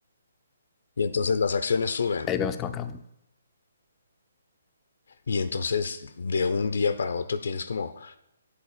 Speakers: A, on the left; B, on the left.
A: Y entonces las acciones suben.
B: Ahí vemos cómo acaba.
A: Y entonces de un día para otro tienes como